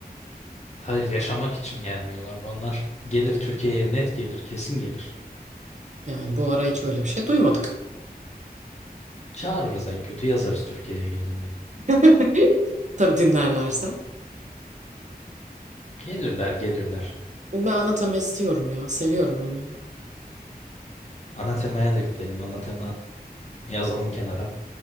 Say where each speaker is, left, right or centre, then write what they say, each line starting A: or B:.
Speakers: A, on the left; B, on the right.
A: Hayır yaşamak için gelmiyorlar. Onlar gelir Türkiye'ye net gelir, kesin gelir.
B: Yani bu ara hiç öyle bir şey duymadık.
A: Çağırırız en kötü yazarız Türkiye'ye gelin diye.
B: <laughs> Tabii dinlerlerse.
A: Gelirler gelirler.
B: Ben anlatama istiyorum ya. Seviyorum onu.
A: Anatema'ya da gidelim. Anatema yazalım kenara.